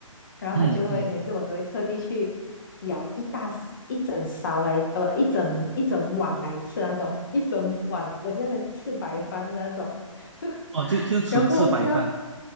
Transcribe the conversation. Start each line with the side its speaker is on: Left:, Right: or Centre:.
Left: 然后他就会每次我都会特地去舀一大
Right: 嗯嗯，
Left: s- 一整勺来，呃，不，一整一整碗来吃那种，一整碗我就在那边吃白饭的那种，<laughs>
Right: 哦，就就纯吃白饭。
Left: 然后给我吃到，